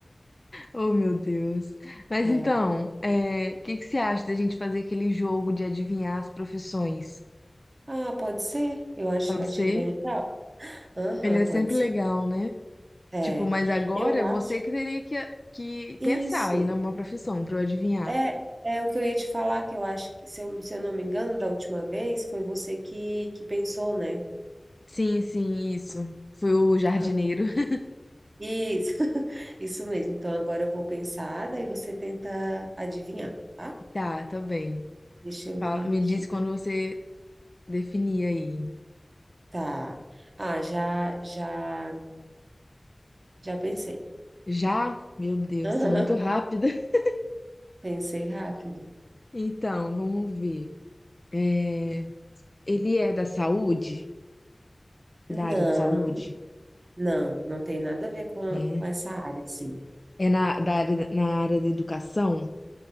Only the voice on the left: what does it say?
Oh, meu Deus. Mas
então, é, o que que você acha da gente fazer aquele jogo de adivinhar as profissões?
Pode
ser?
Ele é
sempre
legal, né?
Tipo, mas agora
você que teria que, que pensar
aí numa profissão pra eu adivinhar.
Sim, sim, isso. Fui o jardineiro.
<laughs>
Tá, tá bem.
Fala-
me
diz quando você definir aí.
Já? Meu Deus,
você é muito rápida. <laughs>
Então, vamos ver. É, ele é da saúde?
Da área de saúde?
Né?
É na, da área, na área da educação?